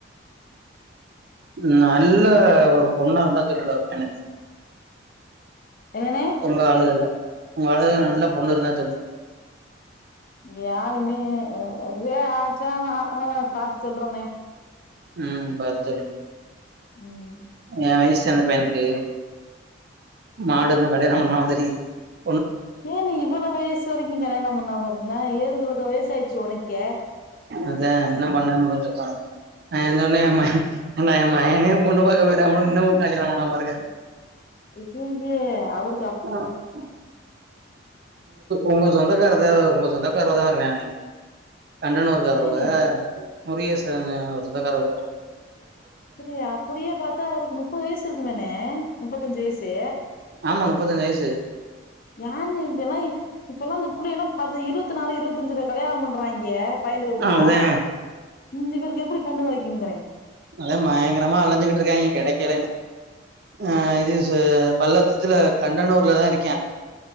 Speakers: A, on the right (about 50°); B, on the left (about 45°).
A: உ நல்ல
B: ம்
A: ஒரு பொண்ணா இருந்த சொல்லுல <unintelligible>
B: என்னண்ணே
A: உங்க ஆளுகல்ல உங்க ஆளுலல்ல நல்ல பொண்ணு இருந்தா சொல்
B: யாருமே இதே ஆச்சா ஆ பாத்து சொல்றேன்னே
A: ம் பாத்து சொல்லு
B: ம்
A: எ வயசு அந்த பையனுக்கு மாடு <unintelligible> <unintelligible>
B: ஏன் நீ இவ்வள வயசு வரைக்கும் கல்யாணம் பண்ணாம இருந்த ஏழு கழுத வயசாயிச் உனக்கே
A: அதே பண்ணலாம்னு பாத்தே என் சொன்னே என்ம் என்னா என்ம்மா என்னையும் இன்னமும் கால்யாணம் பண்ணாம இருக்காரு <unintelligible>
B: ஐய்யேயா அவரு
A: ஹாஉங்க உங்க சொந்தக்காரராத உங்க சொந்தக்காரர்ரா தான் வருவா அவே கண்டன ஒரு கார
B: சேரி
A: அவ முருகச அவர் சொந்தக்கார அவங்க <unintelligible>
B: சரி அப்படியே பாத்தா அவருக்கு நுப்பது வயசு இருக்கு மேனே முப்பத்தஞ்சு வயசு
A: ஆமா முப்பத்தஞ்சு வயசு
B: யாருநூ இல்லா இப்பல்லா இந் புல்லிங்கள்ல பது இருவத்நாலு இருவத்தஞ்சு கல்யாணம் பண்றாங்க பயலுக புள்ளா
A: அதா
B: இந்த இவருக்கு எப்படி பொண்ணு கெடைக்கும்ங்கிறே
A: அது பயங்கரமா அளைஞ்சகிட்டு இருக்காங்கிய அவன் கிடைக்கவே இல்ல அஹ் இது பல்லசுத்துல கண்டனூர்லதா இருக்கியா